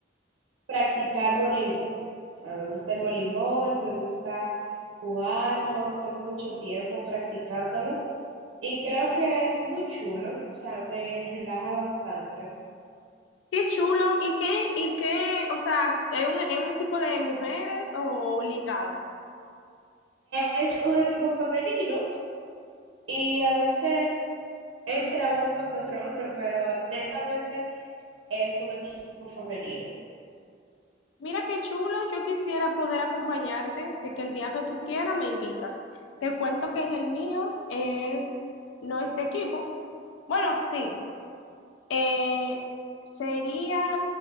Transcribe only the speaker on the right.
practicar voleibol. O sea, me gusta el voleibol, me gusta jugarlo, tengo mucho tiempo practicándolo y creo que es muy chulo, o sea, me relaja bastante.
Es un equipo femenino y a veces entra uno que otro hombre, pero netamente es un equipo femenino.